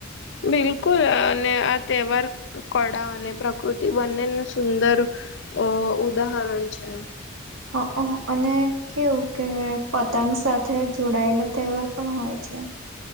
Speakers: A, on the left; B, on the right.
A: બિલકુલ અને આ તહેવાર કળા અને પ્રકૃતિ બંનેને સુંદર અ ઉદાહરણ છે
B: હ હ અને કેવું કે પતંગ સાથે જોડાયેલો તહેવાર પણ હોય <unintelligible>